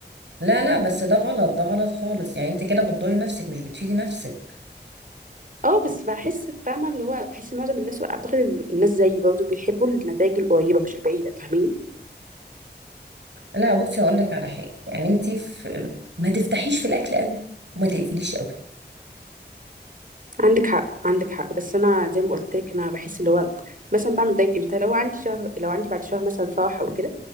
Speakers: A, on the right (about 80°); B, on the right (about 50°).
A: لا لا بس ده غلط ده غلط خالص يعني أنت كده بتضري نفسك مش بتفيدي نفسك
B: اه بس بحس فاهمة اللي هو بحس معظم الناس واعتقد ان الناس زيي برضه بيحبوا النتائج القريبة مش البعيدة فاهماني
A: لا بصي هقول لك على حاجه يعني انت في ما تفتحيش في الاكل قوي وما تقفليش قوي
B: عندك حق عندك حق بس انا زي ما قلت لك انا بحس اللي هو مثلا بعمل دايت امتى لو عندي شهر لو عندي بعد شهر مثلا فرح او كده